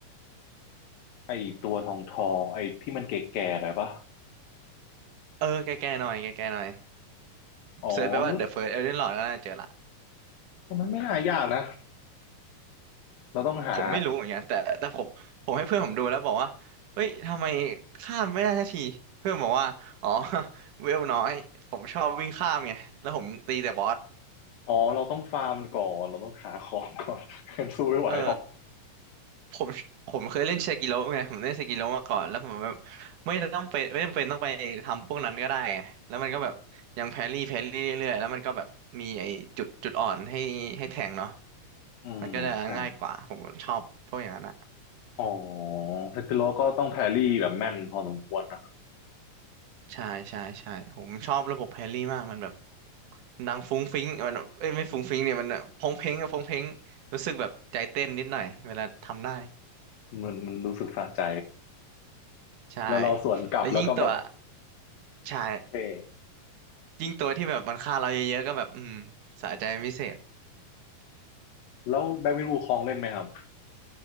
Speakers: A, on the left; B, on the right.
A: ไอ้ตัวทองทองไอ้ที่มันแก่ๆหน่อยปะ
B: เออแก่ๆหน่อยแก่ๆหน่อย
A: อ๋อนั่น
B: เซิร์ชไปว่า The First Elden Lord ก็น่าเจอละ
A: มันไม่น่ายากนะเราต้องหา
B: ผมไม่รู้เหมือนกันแต่แต่ผมผมให้เพื่อนผมดูแล้วบอกว่าเฮ้ยทำไมข้ามไม่ได้สักทีเพื่อนบอกว่าอ๋อ <laughs> เวลน้อยผมชอบวิ่งข้ามไงแล้วผมตีแต่บอส
A: อ๋อเราต้องฟาร์มก่อนเราต้องหาของก่อน <laughs> กันสู้ไม่ไหวหรอก
B: เออผมผมเคยเล่นเซกิโร่ไงผมเล่นเซกิโร่มาก่อนแล้วผมแบบไม่ต้องไปไม่จำเป็นต้องไปทำพวกนั้นก็ได้ไงแล้วมันก็แบบยังแพรี่แพรี่เรื่อยๆแล้วมันก็แบบมีไอ้จุดจุดอ่อนให้ให้แทงเนาะ
A: อืมใช่
B: มันก็จะง่ายกว่าผมชอบพวกอย่างนั้นอะ
A: อ๋อแต่คือเราก็ต้องแพรรี่แบบแม่นพอสมควรนะ
B: ใช่ใช่ใช่ผมชอบระบบแฮร์รี่มากมันแบบมันดังฟุ้งฟิ้งมันแบบเอ้ยไม่ฟุ้งฟิ้งเนี่ยมันแบบพงเพงอะพงเพงรู้สึกแบบใจเต้นนิดหน่อยเวลาทำได้
A: มันมันรู้สึกสะใจ
B: ใช่
A: แล้วเราสวนกลับแล้วก็แบบ
B: แล้วยิ่งตัวใช่
A: เท่
B: ยิ่งตัวที่แบบมันฆ่าเราเยอะๆก็แบบอืมสะใจเป็นพิเศษ
A: แล้วแบ็กวินวูคองเล่นไหมครับ